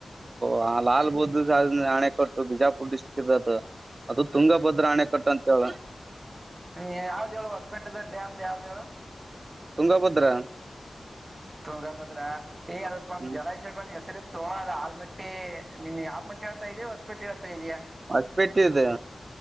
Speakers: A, on the right; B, on the right.
A: ಹ ಲಾಲ್ ಬುದದ್ಧಣೆ ಕೊಟ್ಟು ಬಿಜಾಪುರ್ ಡಿಸ್ಟ್ರಿಕ್ ಇ ಅದು ತುಂಗಭದ್ರ ಆಣೆ ಕಟ್ಟ ಅಂತ ಹೇಳ
B: ಯಾವ್ದ ಹೇಳು ಹೊಸಮೆಟೆದ ಡ್ಯಾಮ್ ಯಾವ್ದ ಹೇಳು
A: ತುಂಗಾಭದ್ರ
B: ತುಂಗಭದ್ರ ಅ
A: ಹ್ಮ್
B: ಜಲ ಕ್ ಒಂದ್ ಹೆಸರಿ ಇತ್ತು ಅದ ಆಾಳ್ಮಟ್ಟಿ ನಿನ್ ಆಾಳ್ ಮಟ್ಟಿ ಹೇಳ್ತಾ ಇದೀ ಹೊಸಮಟ್ಟಿ ಹೇಳ್ತಾ ಇದೀ.
A: ಮಸಪೆಟ್ಟಿದ್ದ